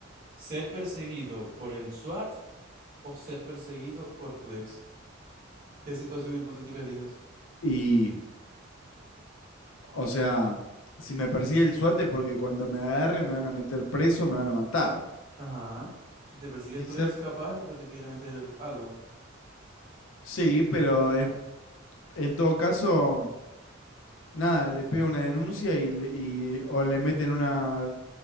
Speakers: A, on the right; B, on the left.
A: ¿ser perseguido por el SWAT o ser perseguido por tu ex? ¿Qué situación hipotética eliges?
B: Y, o sea, si me persigue el SWAT es porque cuando me agarre me van a meter preso, me van a matar.
A: Ajá. Si te persigue
B: Y
A: tu
B: ser-
A: ex, capaz es porque te quiere meter algo.
B: Sí, pero en, en todo caso, nada, le pego una denuncia y, le- y- o le meten una